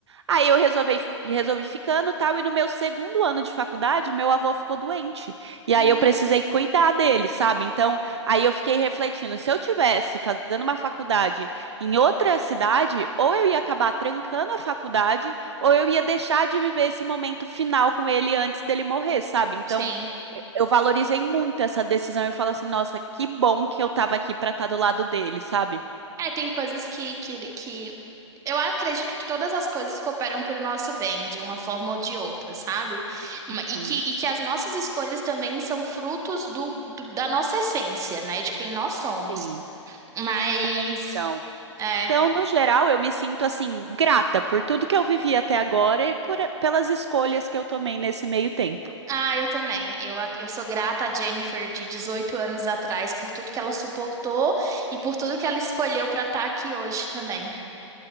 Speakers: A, on the right; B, on the right.
A: Aí eu resolvi, resolvi ficando e tal, e no meu segundo ano de faculdade, meu avô ficou doente. E aí
B: uhum,
A: eu precisei cuidar dele, sabe? Então, aí eu fiquei refletindo, se eu tivesse fazendo uma faculdade em outra cidade, ou eu ia acabar trancando a faculdade, ou eu ia deixar de viver esse momento final com ele antes dele morrer, sabe? Então,
B: sim.
A: eu valorizei muito essa decisão. Eu falo assim, nossa, que bom que eu tava aqui pra estar do lado dele, sabe?
B: É, tem coisas que, que, que Eu acredito que todas as coisas cooperam para o nosso bem, de uma forma ou de outra, sabe? Ma-
A: Uhum,
B: E que, e que as nossas escolhas também são frutos do, do- da nossa essência, né? De quem nós
A: sim.
B: somos. Mas,
A: É, Então.
B: é.
A: Então, no geral, eu me sinto assim, grata por tudo que eu vivi até agora e por, pelas escolhas que eu tomei nesse meio tempo.
B: Ah, eu também. Eu, ac- eu sou grata à Jennifer de 18 anos atrás por tudo que ela suportou e por tudo que ela escolheu para estar aqui hoje também.